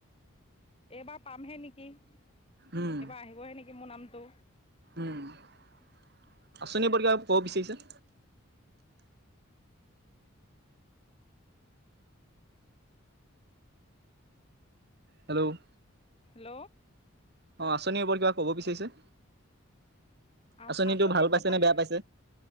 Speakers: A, on the left; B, on the right.
A: এইবাৰ পামহে নেকি, এইবাৰ
B: উম
A: আহিবহে নেকিমোৰ নামটো!
B: উম' আঁচনি ওপৰত কিবা ক'ব বিচাৰিছে। Hello
A: hello.
B: অ' আঁচনিৰ ওপৰত কিবা ক'ব বিচাৰিছে।
A: আ-আঁচনিৰ
B: আঁচনিটো ভাল
A: ওপৰত
B: পাইছে
A: মানে
B: নে বেয়া পাইছে?